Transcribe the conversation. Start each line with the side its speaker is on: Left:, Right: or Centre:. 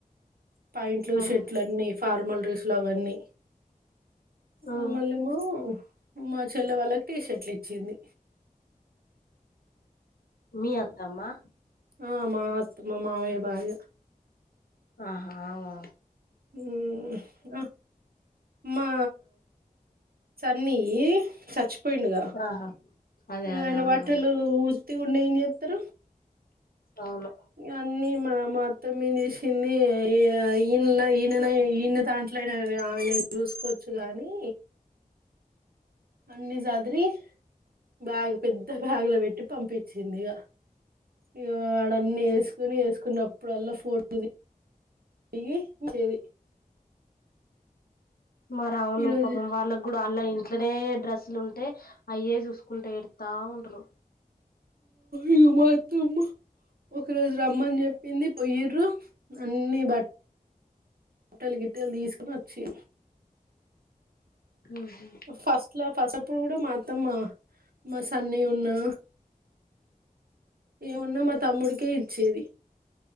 Right: ప్యాంట్లు
Left: ఉహు
Right: షర్ట్లు అన్నీ ఫార్మల్ ర్రేసులు అవన్నీ
Left: ఉమ్
Right: ఆ మళ్ళీమో మా చెల్లె వాళ్ళకి టీ షర్ట్లు ఇచ్చింది
Left: మీ అత్తమ్మా
Right: ఆ మాత్ మా మామయ భార్య
Left: ఆహా అవు
Right: ఉమ్ హా మా సార్ అన్నీ చచ్చి పోయిండగా
Left: ఆహా అదే
Right: ఇక
Left: అదే
Right: ఆయన
Left: అవునవును
Right: వాటలు త కూడా ననిత్ర
Left: అవును
Right: అన్నీ మా మా మొత్త మీ తీసింది ఈ ఈయనలో ఈయన ఈయన దాంట్లోనా ఆమె నను చూసుకోవచ్చు గానీ అన్ని సదిరి బ్యాగ్ పెద్ద బ్యాగ్ లో పెట్టి పంపించింది ఇక ఇ వాడన్ని వేసుకొని వేసుకున్నప్పుడల్లా ఫోటో దిగిచ్చది
Left: మరి అవును
Right: ఈరోజు
Left: పాపం వాళ్ళకి కూడా అల్లా అయింది అట్లనే డ్రెస్సులు ఉంటే అయే చూసుకుంటే ఏడతా ఉండరు
Right: ఇ మాతమ్ ఒక రోజు రమ్మని చెప్పింది పొయ్యరు అన్ని బట్ట బట్టలు గిట్టెలు తీసుకుొని వచ్చే
Left: ఉహు
Right: ఫస్ట్ ఇట్లా ఫస్ప్పుడు కూడా మాత్తమ్ మా మా సన్న ఉన్నా ఏమున్నా మా తమ్ముడికే ఇచ్చేది